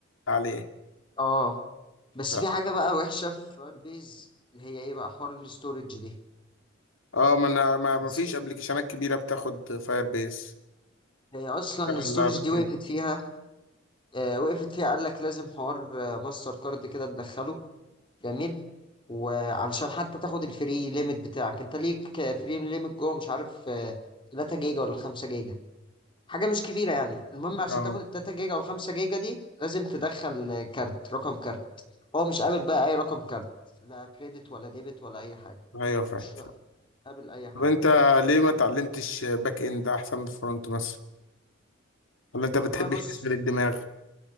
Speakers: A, on the left; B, on the left.
A: عليه
B: اه بس
A: فاهم.
B: في حاجه بقى وحشه في فايربيز اللي هي ايه بقى حوار الاستورج دي
A: اه ما انا ما ما
B: الاستورج
A: فيش ابلكيشنات كبيره بتاخد فاير بيس
B: هي اصلا
A: شغل
B: الاستورج
A: لها باك
B: دي وقفت
A: اند
B: فيها آه وقفت فيها قال لك لازم حوار آه ماستر كارد كده تدخله جميل وعلشان حتى تاخد الفري ليميت بتاعك انت ليك فري ليميت جوه مش عارف آه، 3 جيجا ولا 5 جيجا حاجه مش كبيره يعني المهم عشان
A: اه
B: تاخد ال 3 جيجا وال 5 جيجا دي لازم تدخل آه، كارت رقم كارت هو مش قابل بقى اي رقم كارت لا كريدت ولا ديبت ولا اي حاجه
A: ايوه فاهم
B: مش
A: فاهم.
B: قابل اي حاجه
A: طب انت ليه ما اتعلمتش باك اند احسن من فرونت مثلا ولا انت بتحبش
B: والله بص
A: تشغل الدماغ